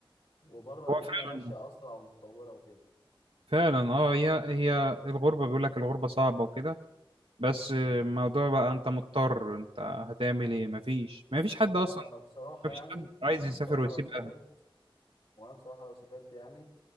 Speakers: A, on the left; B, on the right.
A: وبره الدنيا
B: هو فعلا
A: ماشية أسرع ومتطورة وكده
B: فعلا اه هي هي الغربه بيقول لك الغربه صعبه وكده بس آه، الموضوع بقى انت مضطر انت هتعمل ايه مفيش مفيش
A: وأنا
B: حد اصلا
A: بصراحة
B: مفيش
A: يعني
B: حد عايز
A: أنا
B: يسافر
A: بصراحة
B: ويسيب
A: لو سافرت
B: اهله
A: وأنا بصراحة لو سافرت يعني